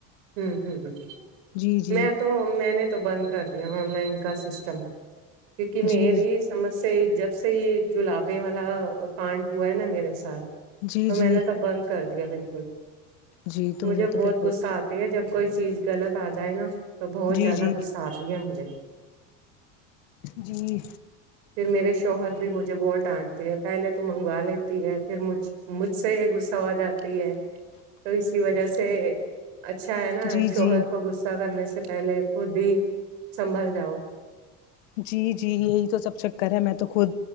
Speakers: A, on the right; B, on the left.
A: ہ ہ ہ
B: جی جی
A: میں تو میں نے تو بند کر دیا آن لائن کا سسٹم کیونکہ
B: جی
A: میری سمسیا جب سے یہ جو لبے والا کانڈ ہوا ہے نا میرے ساتھ
B: جی
A: تو
B: جی
A: میں نے تو بند کر دیا بالکل
B: جی تم
A: مجھے
B: نے
A: بہت
B: تو پھر
A: غصہ آتا جب کوئی چیز غلط آ جائے نا تو بہت
B: جی
A: زیادہ
B: جی
A: غصہ آ گیا مجھے
B: جی
A: پھر میرے شوہر بھی مجھے وہہ ڈانٹتی ہے پہلے تو منگوا لیتی ہے پھر مجھ مجھ سے یہ غصہ ہو جات ہے تو اسی وجہ سے اچھا ہے نا
B: جی
A: شوہر
B: جی
A: کو غصہ کرنے سے سے پہلے خود ہی سنبھال جاؤ
B: جی جی یہی تو سب چکر ہے میں تو خود